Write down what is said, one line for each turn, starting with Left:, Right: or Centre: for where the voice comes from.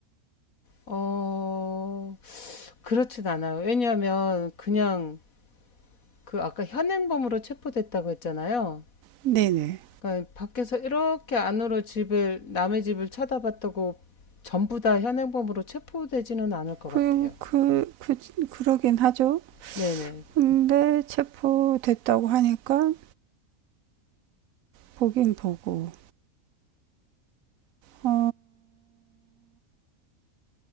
Left: 어, 그렇진 않아요. 왜냐하면 그냥 그 아까 현행범으로 체포됐다고 했잖아요.
Right: 네네.
Left: 그러니까 밖에서 이렇게 안으로 집을 남의 집을 쳐다봤다고 전부 다 현행범으로 체포되지는 않을 것
Right: 그,
Left: 같아요.
Right: 그, 그, 그러긴 하죠.
Left: 네네.
Right: 근데
Left: 그-
Right: 체포됐다고 하니까 보긴 보고, 어,